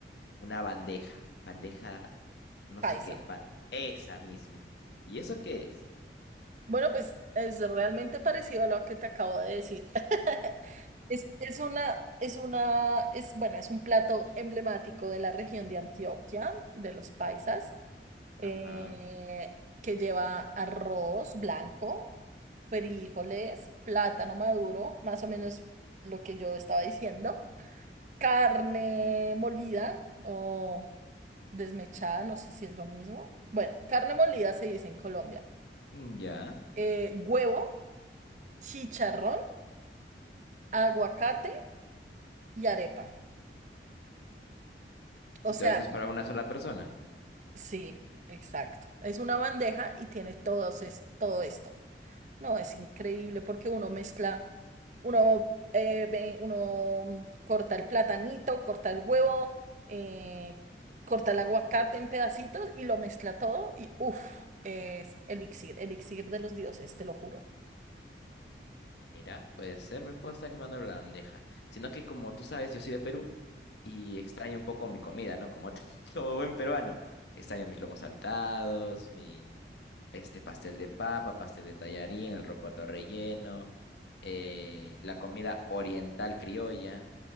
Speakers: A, on the left (about 75°); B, on the right (about 45°).
A: una bandeja, bandeja no
B: paisa.
A: sé qué, ban- esa misma. ¿Y eso qué es?
B: Bueno, pues es realmente parecido a lo que te acabo de decir. <laughs> Es, es una, es una, es, bueno, es un plato emblemático de la región de Antioquia, de los paisas, eh,
A: Ajá.
B: que lleva arroz blanco, frijoles, plátano maduro, más o menos lo que yo estaba diciendo, carne molida o desmechada, no sé si es lo mismo. Bueno, carne molida se dice en Colombia.
A: mm, Ya.
B: eh, huevo, chicharrón. aguacate y arepa. O
A: ¿Y
B: sea,
A: todo eso es para una sola persona?
B: sí, exacto. Es una bandeja y tiene todos es, todo esto. No, es increíble porque uno mezcla, uno, eh, ve- uno mm, corta el platanito, corta el huevo, eh, corta el aguacate en pedacitos y lo mezcla todo y uff, es elixir, elixir de los dioses, te lo juro.
A: Mira, puede ser, me puedo estar animando a la bandeja. Sino que como tú sabes, yo soy de Perú. Y extraño un poco mi comida, ¿no? Como, <laughs> como buen peruano. Extraño mis lomos saltados, mi este pastel de papa, pastel de tallarín, el rocoto relleno, eh, la comida oriental criolla.